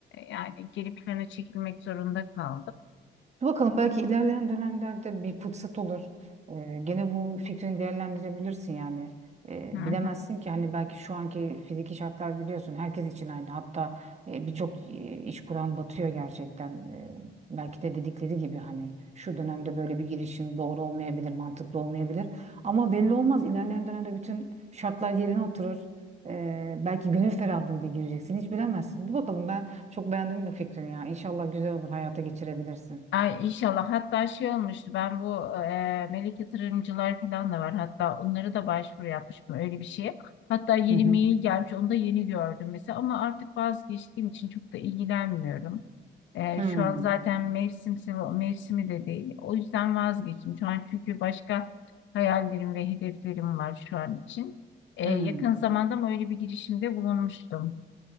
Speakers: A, on the left (about 70°); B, on the right (about 35°).
A: yani geri plana çekilmek zorunda kaldım.
B: Dur Bakalım belki ilerleyen dönemlerde bir fırsat olur. Ee, gene bu fikrini değerlendirebilirsin yani. Ee,
A: Hı.
B: bilemezsin ki hani belki şu anki fiziki şartlar biliyorsun herkes için aynı. Hatta e, birçok e, iş kuran batıyor gerçekten. Ee, belki de dedikleri gibi hani şu dönemde böyle bir girişim doğru olmayabilir, mantıklı olmayabilir. Ama belli olmaz ilerleyen dönemde bütün şartlar yerine oturur. Ee, belki gönül ferahlığıyla gireceksin hiç bilemezsin. Dur bakalım ben çok beğendim bu fikrini ya. İnşallah güzel olur hayata geçirebilirsin.
A: Ay inşallah. Hatta şey olmuştu. Ben bu e, melek yatırımcılar falan da var. Hatta onlara da başvuru yapmıştım öyle bir şeye. Hatta yeni
B: Hı hı.
A: mail gelmiş. Onu da yeni gördüm mesela. Ama artık vazgeçtiğim için çok da ilgilenmiyorum. E,
B: Hmm,
A: şu an zaten mevsimsi, mevsimi de değil. O yüzden vazgeçtim. Şu an çünkü başka hayallerim ve hedeflerim var şu an için. E,
B: hmm.
A: yakın zamanda mı öyle bir girişimde bulunmuştum.